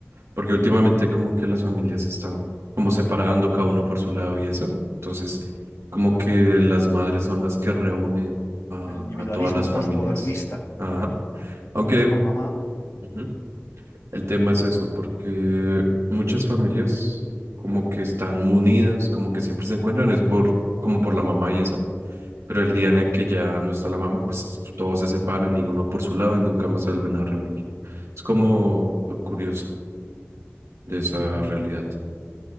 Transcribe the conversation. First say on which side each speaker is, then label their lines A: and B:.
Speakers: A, on the right (about 80°); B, on the left (about 75°).
A: porque últimamente como que las familias se están como separando cada uno por su lado y eso. Entonces, como que las madres son las que reúnen a,
B: el individualismo
A: a todas las familias.
B: posmodernista
A: Ajá. Aunque...
B: Y no es por mamá.
A: ujú. El tema es eso, porque muchas familias como que están munidas, como que siempre se encuentran, es por, como por la mamá y eso, pero el día en el que ya no está la mamá, pues todos se separan y uno por su lado y nunca más se vuelven a reunir. Es como lo curioso de esa
B: Ya,
A: realidad.